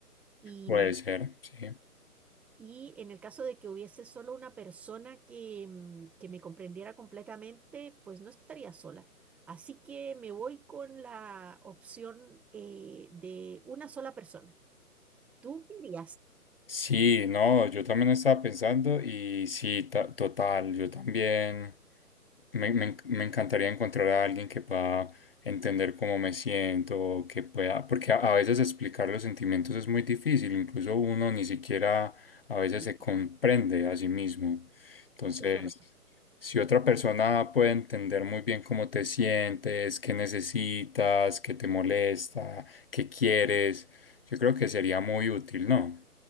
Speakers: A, in the centre; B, on the left.
A: Y,
B: Puede ser, sí.
A: Y en el caso de que hubiese solo una persona que, mm, que me comprendiera completamente, pues no estaría sola. Así que me voy con la opción eh, de una sola persona. ¿Tú qué harías?
B: Sí, no, yo también estaba pensando y sí, ta- total, yo también me, me en- me encantaría encontrar a alguien que pueda entender cómo me siento, que pueda, porque a, a veces explicar los sentimientos es muy difícil, incluso uno ni siquiera a veces
A: Sí,
B: se comprende a sí mismo. Entonces,
A: Eso es verdad.
B: si otra persona puede entender muy bien cómo te sientes, qué necesitas, qué te molesta, qué quieres, yo creo que sería muy útil, ¿no?